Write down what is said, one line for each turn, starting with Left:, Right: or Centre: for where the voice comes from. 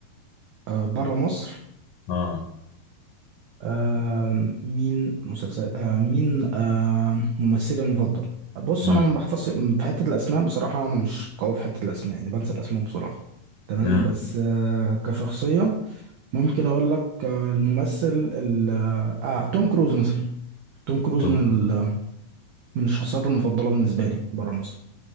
Right: آه بره مصر
Left: اه
Right: آه مين مسلسل آه مين آه ممثلي المفضل بص
Left: امم
Right: انا ما بحفظش في حته الاسماء بصراحه انا مش قوي في حته الاسماء يعني بنسى الاسماء بسرعه تمام
Left: آه.
Right: بس آه كشخصيه ممكن اقول لك آه، الممثل ال آه آه، توم كروز مثلا توم كروز
Left: توم
Right: من ال من الشخصيات المفضله بالنسبه لي بره مصر